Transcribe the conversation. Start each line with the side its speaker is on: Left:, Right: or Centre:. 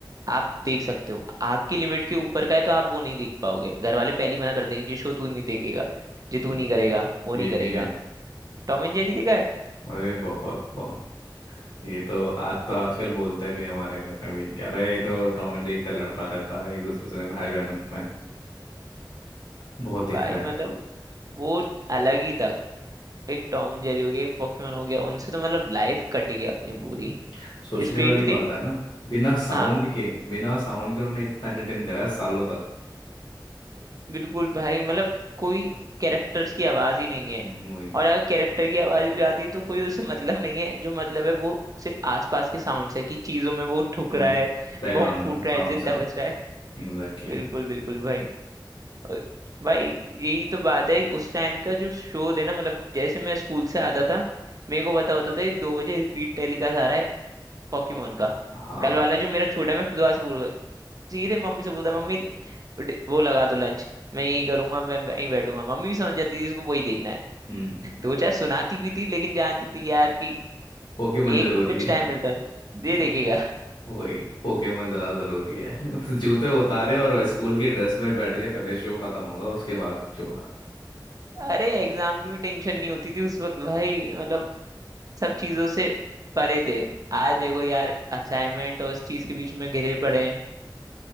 Right: आप देख सकते हो आपकी लिमिट के ऊपर का है तो आप वो नहीं देख पाओगे घर वाले पहले ही मना कर देंगे ये शो तू नहीं देखेगा ये
Left: हम्म,
Right: तू नहीं करेगा वो नहीं
Left: ये भी
Right: करेगा
Left: है
Right: टॉम एंड जेरी देखा है
Left: अरे बहुत बहुत ये तो आज तो
Right: उस-
Left: आजकल बोलते भी हैं हमारे घर में भी क्या रहा है ये तो टॉम एंड जेरी इतना लड़ता रहता है एक दूसरे से भाई बहनों में बहुत देखा
Right: भाई
Left: है
Right: मतलब वो अलग ही था एक टॉम एंड जेरी हो गया एक पोकेमोन हो गया उनसे तो मतलब लाइफ कट गई अपनी
Left: हम्म,
Right: पूरी
Left: सोचने
Right: स्पेशली
Left: वाली बात है ना बिना साउंड
Right: हाँ
Left: के बिना साउंड के उन्होंने इतना एंटरटेन करा है सालों तक
Right: बिल्कुल भाई मतलब कोई कैरेक्टर्स की आवाज ही नहीं
Left: हम्म,
Right: है
Left: वही
Right: और अगर कैरेक्टर की आवाज भी आती है तो कोई उससे मतलब नहीं है जो मतलब है वो सिर्फ आसपास के साउंड है कि चीजों में वो ठुक
Left: हम्म
Right: रहा है
Left: बैकग्राउंड
Right: बॉम्ब फूट
Left: साउंड
Right: रहा है जिंदा
Left: से
Right: बच रहा है
Left: एग्जैक्टली
Right: बिल्कुल बिल्कुल भाई और भाई यही तो बात है उस टाइम का जो शो थे ना मतलब जैसे मैं स्कूल से आता था मेरे को पता होता था ये दो बजे रिपीट टेलीकास्ट आ रहा है पॉकीमोन का
Left: हाँ
Right: कल वाला जो मेरा छोटा मैं दोबारा से सीधे मम्मी से बोलता मम्मी डि- वो लगा दो लंच मैं यही करूंगा मैं यहीं बैठूंगा मम्मी भी समझ जाती थी इसको वही देखना है
Left: हम्म
Right: दो चार सुनाती भी थी लेकिन जानती थी यार कि
Left: पोकेमोन
Right: एक
Left: जरूरी
Right: कुछ
Left: है
Right: टाइम मिलता है
Left: <laughs>
Right: दे देखेगा
Left: वही पोकेमोन ज्यादा जरूरी है उस जूते उतारे और स्कूल की ड्रेस में बैठ गए पहले शो खत्म होगा उसके बाद कुछ होगा
Right: अरे एग्जाम की भी टेंशन नहीं होती थी उस वक्त भाई मतलब सब चीजों से परे थे आज देखो यार असाइनमेंट और इस चीज के बीच में घिरे पड़े हैं